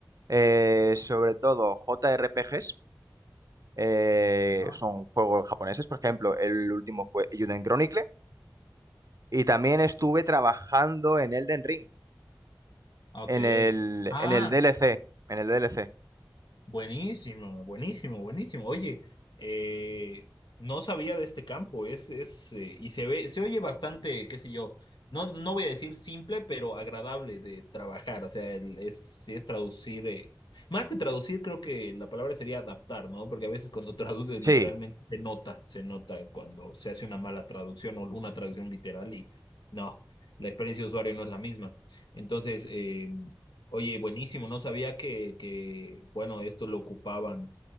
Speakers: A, on the right (about 50°); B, on the left (about 80°).
A: eh, sobre todo JRPGs, eh,
B: Ah,
A: son juegos japoneses, por ejemplo, el último fue Juden Chronicle, y también estuve trabajando en Elden Ring,
B: ok.
A: en el,
B: Ah,
A: en el DLC, en el DLC.
B: Buenísimo, buenísimo, buenísimo. Oye, eh, no sabía de este campo, es, es, eh, y se ve, se oye bastante, qué sé yo, no, no voy a decir simple, pero agradable de trabajar. O sea, el- es, sí es traducir, eh, más que traducir, creo que la palabra sería adaptar, ¿no? Porque a veces cuando <laughs> traduces
A: Sí,
B: literalmente se nota, se nota cuando se hace una mala traducción o una traducción literal y no, la experiencia de usuario no es la misma. Entonces, em, Oye, buenísimo, no sabía que, que bueno, esto lo ocupaban